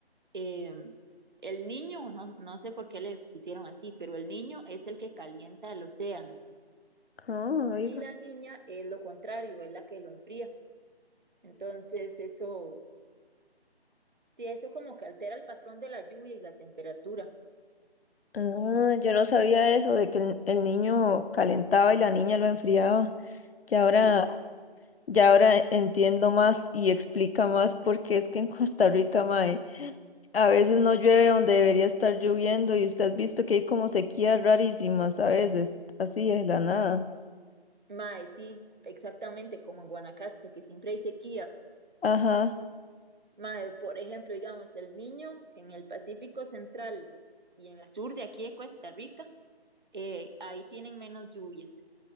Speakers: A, on the right; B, on the left.
A: Eh, el niño, no, no sé por qué le pusieron así, pero el niño es el que calienta el océano
B: Ah, oiga.
A: y la niña es lo contrario, es la que lo enfría. Entonces, eso, sí, eso como que altera el patrón de la lluvia y la temperatura.
B: Ah, yo no sabía eso de que el, el niño calentaba y la niña lo enfriaba. Ya ahora,
A: Sí,
B: ya ahora entiendo más y explica más porque es que en Costa Rica, mae, a veces no llueve donde debería estar lloviendo y usted ha visto que hay como sequías rarísimas a veces, así es la nada.
A: mae, sí, exactamente como en Guanacaste, que siempre hay sequía.
B: Ajá.
A: Mae, por ejemplo, digamos, el niño en el Pacífico Central y en el sur de aquí de Costa Rica, eh, ahí tienen menos lluvias.